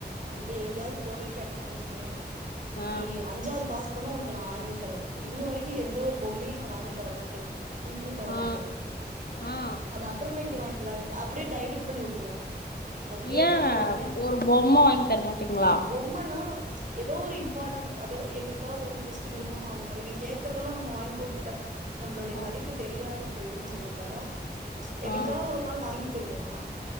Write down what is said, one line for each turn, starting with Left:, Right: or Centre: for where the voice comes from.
Right: இப்ப எங்கேயாவ்து பொருள் கேட்டானு வச்சுக்கியே
Left: ஆ
Right: நீ அஞ்சாவ்து பாஸ் பண்ணு உனக்கு நா வாங்கி தரே இன்ன வரைக்கு எந்த ஒரு பொம்மையு நா வாங்கி தரமாட்டே வீட்லியு தரமாட்டோ
Left: ஆ ஆ
Right: அது அப்புறமேட்டு வாய்ங்கலா அப்படியே டைவட் பண்ணி உட்டுருவோ அது கேட்டானா
Left: ஏ
Right: உடனே
Left: ஒரு பொம்ம வாங்கி தர மாட்டீங்களா
Right: பொம்மனா எதோ ஒரு இம்பாடன் அதோ என்னைக்காவ்து ஒன்னு ஃபெஸ்டிவல்னா வாங்கலா இவே கேக்குறதெல்லா நம் வாய்ங் குடுத்துட்டா நம்மளுடைய
Left: ஆ
Right: மதிப்பு தெரியாம போயிருன் சொல்லிட்டா எனக்காவ்து
Left: ஆ
Right: ஒரு நாள் வாங்கி தருவோ ஆனா